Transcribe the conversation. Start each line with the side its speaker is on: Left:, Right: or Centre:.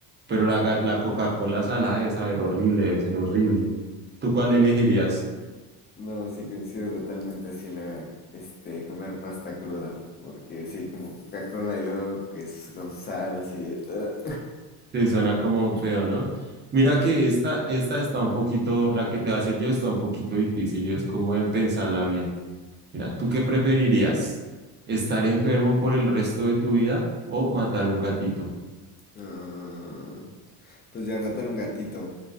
Right: Pero la, ga- la Coca-Cola salada debe saber horrible, debe ser horrible. ¿Tú cuál elegirías?
Left: No, sí coincido totalmente así la, este, comer pasta cruda, porque sí, como Coca-Cola y luego que es con sal, así. <laughs>
Right: Sí, suena como un feo, ¿no? Mira que esta, esta está un poquito, la que te va a hacer yo está un poquito difícil y es como de pensarla bien. Mira, ¿tú qué preferirías? ¿Estar enfermo por el resto de tu vida o matar un gatito?
Left: Ah, pues ya matar un gatito,